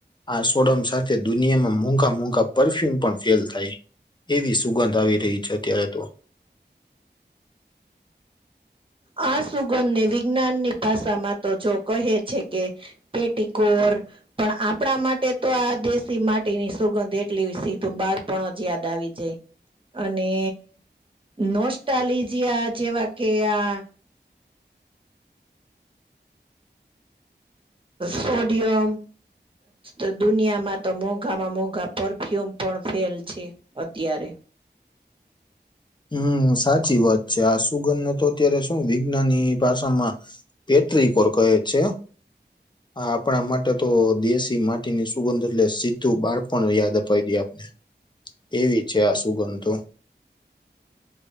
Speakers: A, on the left; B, on the right.
A: આ સોડમ સાથે દુનિયામાં મોંઘા મોંઘા પરફ્યુમ પણ ફેલ થાય. એવી સુગંધ આવી રહી છે, અત્યારે તો
B: આ સુગંધને વિજ્ઞાનની ભાષામાં તો જો કહે છે કે પેટી કોર પણ આપણા માટે તો આ દેશી માટીની સુગંધ એટલી સીધું બાળપણ જ યાદ આવી જાય. અને નોસ્ટાલીજયા જેવા કે આ સોડિયમ. અ દુનિયામાં તો મોંઘામાં મોંઘા પરફ્યુમ પણ ફેલ છે. અત્યારે
A: હમ્મ, સાચી વાત છે આ સુગંધને તો અત્યારે શું વિજ્ઞાાનની ભાષામાં પેટ્રિકોર કહે છે.
B: <inaudible>
A: આ આપણા માટે તો દેશી માટીની સુગંધ એટલે સીધું બાળપણ યાદ અપાય દઈ આપને એવી છે આ સુગંધ તો